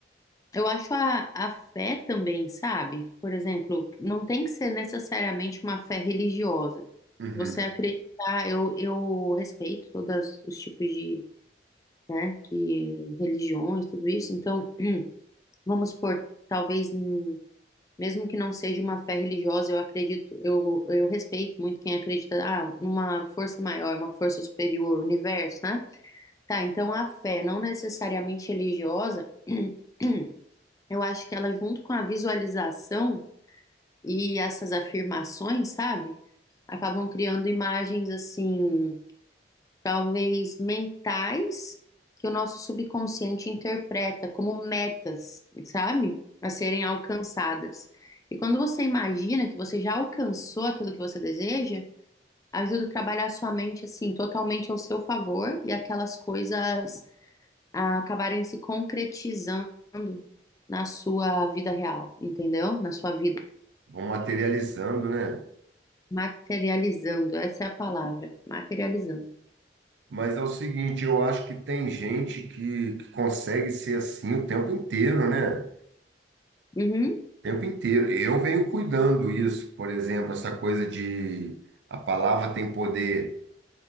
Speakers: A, on the left; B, on the right.
A: Eu acho a, a fé também, sabe? Por exemplo, não tem que ser necessariamente uma fé religiosa.
B: Uhum.
A: Você acreditar, eu, eu respeito todos os tipos de, né, de religiões, tudo isso. Então, vamos supor, talvez, hum, mesmo que não seja uma fé religiosa, eu acredito, eu, eu respeito muito quem acredita, ah, numa força maior, uma força superior, universo, né? Tá, então a fé, não necessariamente religiosa, <clears throat> eu acho que ela, junto com a visualização e essas afirmações, sabe? Acabam criando imagens assim talvez mentais, que o nosso subconsciente interpreta como metas, sabe? A serem alcançadas. E quando você imagina que você já alcançou aquilo que você deseja, ajuda a trabalhar a sua mente assim, totalmente ao seu favor e aquelas coisas ah, acabarem se concretizando na sua vida real, entendeu? Na sua vida.
B: Vão materializando, né?
A: Materializando, essa é a palavra. Materializando.
B: Mas é o seguinte, eu acho que tem gente que, que consegue ser assim o tempo inteiro, né?
A: Uhum,
B: O tempo inteiro. Eu venho cuidando isso, por exemplo, essa coisa de a palavra tem poder,